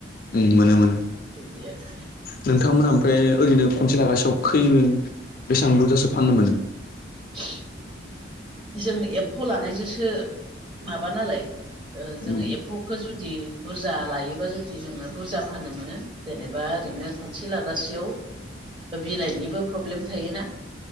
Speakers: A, on the left; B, on the right.
A: उम मोनो मोनो
B: बिदि आरो
A: नोंथांमोना ओमफ्राय ओरैनो खनसे लागासेयाव खै बेसां बुरजासो फाननो मोनो?
B: <inaudible> <inaudible> जों एम्फौ लानायजोंसो माबा नालाय ओ जोङो
A: उम
B: एम्फौ खो <unintelligible> जुदि बुरजा लायोबा जुदि जोङो बुरजा फाननो मोनो जेनेबा ओरैनो खनसे लागासेयाव बिलाइनिबो प्रब्लेम थायोना।